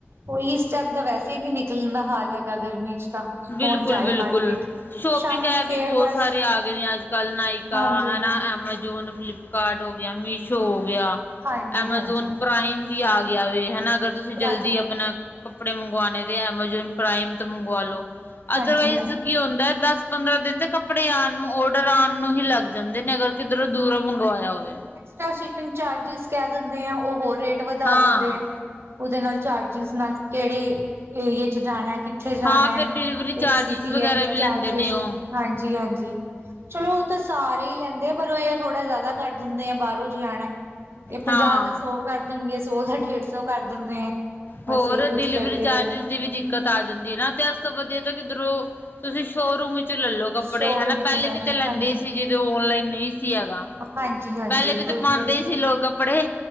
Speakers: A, on the right; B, on the left.
A: ਕੋਈ ਇਸ ਟਾਈਮ ਤਾਂ ਵੈਸੇ ਹੀ ਨਹੀਂ ਨਿਕਲਣ ਦਾ ਹੱਲ ਹੈਗਾ ਗਰਮੀ 'ਚ ਤਾਂ।
B: ਬਿਲਕੁਲ
A: ਕੌਣ ਜਾਏ
B: ਬਿਲਕੁਲ
A: ਮਾਰਕੀਟ
B: ਸ਼ੋਪਿੰਗ
A: ਸ਼ਾਮੀ
B: ਐਪ
A: ਫੇਰ
B: ਵੀ ਬਹੁਤ
A: ਬਸ
B: ਸਾਰੇ ਆ ਗਏ। ਨੇ ਅੱਜ ਕੱਲ੍ਹ ਨਾਇਕਾ
A: ਹਾਂਜੀ
B: ਹਨਾ, ਐਮਾਜੋਨ, ਫਲਿੱਪਕਾਰਟ ਹੋ ਗਿਆ, ਮੀਸ਼ੋ ਹੋ ਗਿਆ।
A: ਹਾਂਜੀ
B: ਐਮਾਜ਼ੋਨ
A: ਹਾਂਜੀ
B: ਪਾਈਮ ਵੀ ਆ ਗਿਆ ਵੇ ਹਨਾ ਅਗਰ ਤੁਸੀਂ
A: ਪੁਰਾਣੇ
B: ਜਲਦੀ ਆਪਣਾ। ਕੱਪੜੇ ਮੰਗਵਾਉਣੇ ਤੇ ਐਮਾਜੋਨ ਪ੍ਰਾਈਮ ਤੋਂ ਮੰਗਵਾ ਲੋ
A: ਹਾਂਜੀ
B: ਅਦਰਵਾਈਜ਼
A: ਹਾਂਜੀ
B: ਕੀ ਹੁੰਦਾ ਹੈ ਦਸ। ਪੰਦਰਾਂ ਦਿਨ ਤੇ ਕੱਪੜੇ ਆਉਣ ਨੂੰ ਔਡਰ ਆਉਣ ਨੂੰ ਹੀ ਲੱਗ ਜਾਂਦੇ ਨੇ ਅਗਰ ਕਿੱਧਰੋਂ ਦੂਰੋਂ ਮੰਗਵਾਇਆ ਹੋਵੇ।
A: ਇੱਕ ਤਾਂ ਸ਼ਿਪਿੰਗ ਚਾਰਜਿਸ ਕਹਿ ਦਿੰਦੇ ਆ ਉਹ ਹੋਰ ਰੇਟ ਵਧਾ
B: ਹਾਂ।
A: ਦਿੰਦੇ ਆ। ਉਹਦੇ ਨਾਲ ਚਾਰਜਿਸ ਨਾਲ ਕਿਹੜੇ ਏਰੀਏ 'ਚ ਜਾਣਾ। ਕਿੱਥੇ ਜਾਣਾ,
B: ਹਾਂ ਫਿਰ ਡਿਲੀਵਰੀ ਚਾਰਜਿਸ
A: ਜਿਹੜੀ ਸਿਟੀ
B: ਵਗੈਰਾ
A: ਹੈ
B: ਵੀ
A: ਚਾਰਜਿਸ।
B: ਲੈਂਦੇ ਨੇ ਉਹ
A: ਹਾਂਜੀ ਹਾਂਜੀ ਚਲੋ ਉਹ ਤਾਂ ਸਾਰੇ ਹੀ ਲੈਂਦੇ। ਲੈਂਦੇ ਹਾਂ ਪਰ ਉਹ ਇਹ ਥੋੜਾ ਜਿਆਦਾ ਕਰ ਦਿੰਦੇ ਆ ਬਾਹਰੋਂ ਜੇ ਆਉਣਾ ਇਹ ਪੰਜਾਹ
B: ਹਾਂ।
A: ਦਾ ਸੌ ਕਰ ਦੇਣਗੇ। ਸੌ ਦਾ ਡੇਢ ਸੌ ਕਰ ਦਿੰਦੇ ਆ।
B: ਹੋਰ
A: ਬਸ ਇਹੀ ਕੁਛ
B: ਡਿਲੀਵਰੀ
A: ਕਰਦੇ
B: ਚਾਰਜਿਸ।
A: ਹੈ
B: ਦੀ ਵੀ ਦਿੱਕਤ ਆ ਜਾਂਦੀ ਹੈ ਨਾ ਤੇ ਇਸ ਤੋਂ ਵਧੀਆ ਤਾਂ ਕਿੱਧਰੋਂ ਤੁਸੀਂ ਸ਼ੋਰੂਮ ਵਿੱਚ ਲੈ ਲੋ। ਕੱਪੜੇ
A: ਸ਼ੋਰੂਮ
B: ਹਨਾ ਪਹਿਲੇ
A: ਚ ਲੈ
B: ਵੀ
A: ਲੋ
B: ਤਾਂ ਲੈਂਦੇ
A: ਹਾਂਜੀ।
B: ਹੀ ਸੀ ਜਦੋਂ ਔਨਲਾਈਨ ਨਹੀਂ ਸੀ ਹੈਗਾ
A: ਹਾਂਜੀ ਹਾਂਜੀ
B: ਪਹਿਲੇ ਵੀ
A: ਉਹੀ
B: ਤਾਂ ਪਾਉਂਦੇ
A: ਹੈ।
B: ਹੀ ਸੀ ਲੋਕ। ਕੱਪੜੇ।